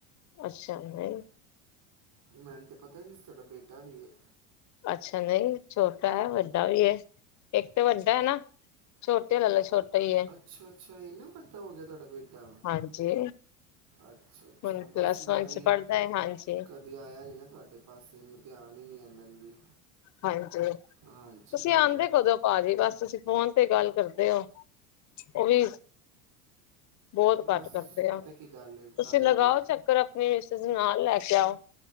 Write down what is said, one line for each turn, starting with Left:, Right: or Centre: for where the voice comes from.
Left: ਅੱਛਾ ਨਈ।
Right: ਮੈਨ ਤੇ ਪਤਾ ਈ ਨਹੀਂ ਸੀ ਤਾਡਾ ਬੇਟਾ ਵੀ ਏ।
Left: ਅੱਛਾ ਨਹੀਂ ਛੋਟਾ ਐ ਵੱਡਾ ਵੀ‌ ਏ ਇੱਕ ਤੇ ਵੱਡਾ ਏ ਨਾ। ਛੋਟੇ ਵਾਲਾ ਲ ਛੋਟਾ ਹੀ ਹੈ
Right: ਅੱਛਾ-ਅੱਛਾ ਏਨਾ ਵੱਡਾ ਹੋ ਗਯਾ ਤੁਹਾਡਾ ਬੇਟਾ।
Left: ਹਾਂਜੀ
Right: ਅੱਛਾ-ਅੱਛਾ,
Left: ਹੁਣ
Right: ਬਸ
Left: ਪਲੱਸ ਵਨ
Right: ਮੈਂ
Left: ਚ
Right: ਵੀ
Left: ਪੜ੍ਹਦਾ ਹੈ ਹਾਂਜੀ
Right: ਕਦੀ ਆਇਆ ਨੀ ਨਾ ਤੁਆਡੇ ਬਸ ਇਨਾ ਧਿਆਨ ਈ ਨੀ ਐ ਮੈਨੂੰ ਵੀ।
Left: ਹਾਂਜੀ ਤੁਸੀ
Right: ਹਾਂਜੀ ਹੋਰ
Left: ਆਂਦੇ ਕਦੋਂ? ਪਾਜੀ ਬਸ ਤੁਸੀ ਫੋਨ ਤੇ ਗੱਲ ਕਰਦੇ ਓ। ਓ ਵੀ ਬੋਤ
Right: ਬਸ
Left: ਘੱਟ ਕਰਦੇ ਆ।
Right: ਪਤਾ ਕੀ ਗੱਲ ਹੈ
Left: ਤੁਸੀ
Right: ਟਾਈਮ
Left: ਲਗਾਓ
Right: ਨੇ
Left: ਚੱਕਰ ਆਪਣੀ ਮਿਸਿਸ ਨੂੰ ਨਾਲ ਲੈ ਕੇ ਆਓ।